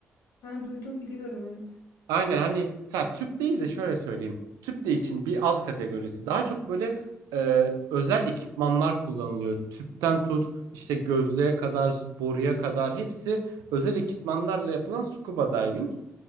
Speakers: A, on the left; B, on the right.
A: Ben duydum biliyorum evet.
B: Aynen hani sa tüp değil de şöyle söyleyeyim. Tüp de için bir alt kategorisi. Daha çok böyle e, özel ekipmanlar kullanılıyor. Tüpten tut işte gözlüğe kadar, boruya kadar hepsi özel ekipmanlarla yapılan scuba diving.